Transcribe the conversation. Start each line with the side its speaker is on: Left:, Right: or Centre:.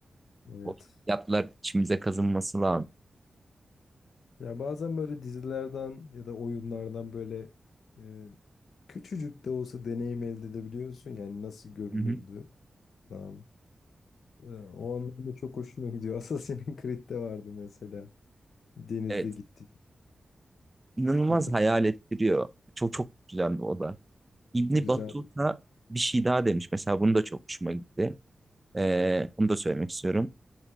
Left: evet.
Right: O yatlar içimize kazınması lazım.
Left: Ya bazen böyle dizilerden ya da oyunlardan böyle e, küçücük de olsa deneyim elde edebiliyorsun. Yani nasıl görünürdü
Right: Hı hı.
Left: falan. E, o anlamda çok hoşuma gidiyor. <laughs> Assassin's Creed'de vardı mesela. Denizde
Right: Evet.
Left: gittik.
Right: İnanılmaz
Left: Hatır
Right: hayal ettiriyor. Çok çok güzel bir oda. İbni
Left: güzel
Right: Battuta bir şey daha demiş. Mesela bunu da çok hoşuma gitti. Ee, bunu da söylemek istiyorum.